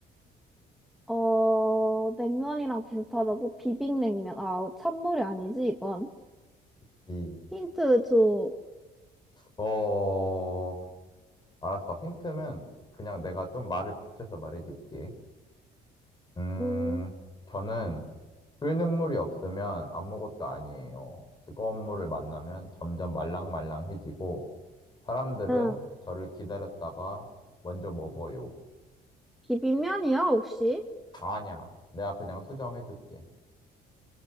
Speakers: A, in the centre; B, on the left.
A: 어, 냉면이랑 비슷하다고? 비빔냉면. 아, 찬물이 아니지, 이건.
B: 그치.
A: 힌트 줘.
B: 어, 알았어. 힌트는 그냥 내가 좀 말을 붙여서 말해줄게. 음,
A: 음,
B: 저는 끓는 물이 없으면 아무것도 아니에요. 뜨거운 물을 만나면 점점 말랑말랑해지고, 사람들은
A: 응.
B: 저를 기다렸다가 먼저 먹어요.
A: 비빔면이야, 혹시?
B: 아니야, 내가 그냥 수정해줄게.